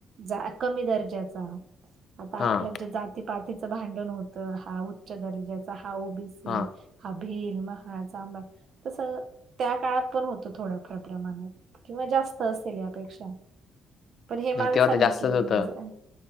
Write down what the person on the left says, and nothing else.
हां,
हां.
मग तेव्हा तर जास्तच
होतं.